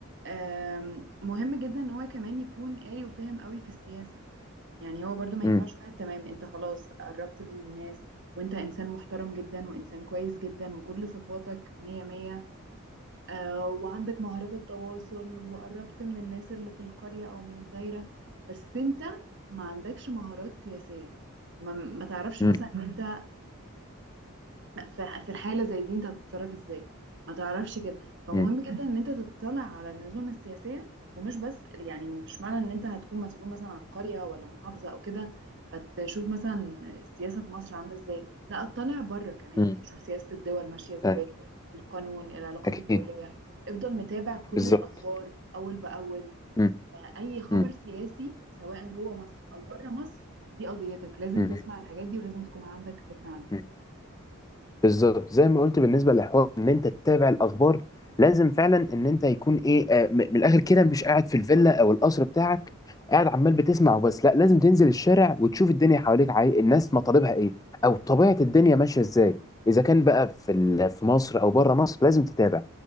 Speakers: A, on the right; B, on the left.
A: آم، مهم جدا ان هو كمان يكون قاري وفاهم قوي في السياسة يعني هو برضو ما
B: م-
A: ينفعش واحد تمام انت خلاص قربت من الناس وانت انسان محترم جدا وانسان كويس جدا وكل صفاتك مية مية آه، وعندك مهارات التواصل وقربت من الناس اللي في القرية أو من الدايرة بس أنت ما عندكش مهارات سياسية ما, ما تعرفش
B: م-
A: مثلا إن أنت ف- في الحالة زي دي انت هتتصرف ازاي ما تعرفش كده فمهم
B: م-
A: جدا ان انت تطلع على النظم السياسية ومش بس يعني مش معنى ان انت هتكون مسؤول مثلا عن قرية ولا محافظة او كده فتشوف مثلا السياسة في مصر عاملة ازاي لا اطلع بره كمان يعني
B: م.
A: شوف سياسة الدول ماشية ازاي
B: آه،
A: القانون العلاقات
B: اكيد
A: الدولية افضل متابع كل
B: بالظبط
A: الاخبار اول باول
B: م-
A: آه، اي خبر
B: م-
A: سياسي سواء جوه مصر او بره مصر دي قضيتك لازم
B: م-
A: تسمع الحاجات دي ولازم تكون عندك فكرة عنها
B: م. بالظبط زي ما قلت بالنسبه للحوار ان انت تتابع الاخبار لازم فعلا ان انت يكون ايه آه م- من الاخر كده مش قاعد في الفيلا او القصر بتاعك قاعد عمال بتسمع وبس لا لازم تنزل الشارع وتشوف الدنيا حواليك عاي... الناس مطالبها ايه او طبيعه الدنيا ماشيه ازاي اذا كان بقى في ال- في مصر او بره مصر لازم تتابع